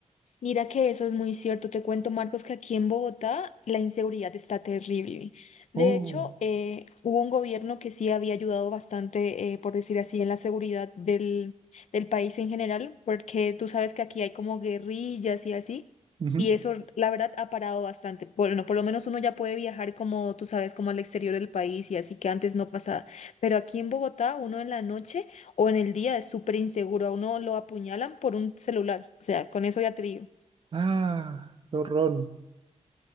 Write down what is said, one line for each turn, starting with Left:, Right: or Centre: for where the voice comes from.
Left: Mira que eso es muy cierto. Te cuento, Marcos, que aquí en Bogotá la inseguridad está terrible. De
Right: Oh,
Left: hecho, eh, hubo un gobierno que sí había ayudado bastante, eh, por decir así, en la seguridad del, del país en general, porque tú sabes que aquí hay como guerrillas y así,
Right: ujú.
Left: y eso, la verdad, ha parado bastante. Bueno, por lo menos uno ya puede viajar como, tú sabes, como al exterior del país y así que antes no pasaba. Pero aquí en Bogotá, uno en la noche o en el día es súper inseguro. A uno lo apuñalan por un celular. O sea, con eso ya te digo.
Right: Ah, qué horror.